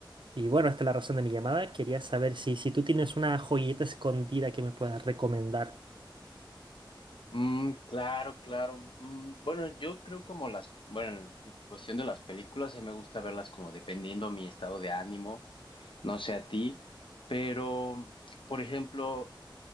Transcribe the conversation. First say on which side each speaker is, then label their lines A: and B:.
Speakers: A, on the right; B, on the left.
A: y bueno, esta es la razón de mi llamada. Quería saber si, si tú tienes una joyita escondida que me puedas recomendar.
B: Mm, claro, claro. Mm, bueno, yo creo como las, bueno, en cuestión de las películas, a mí me gusta verlas como dependiendo mi estado de ánimo, no sé a ti, pero, por ejemplo,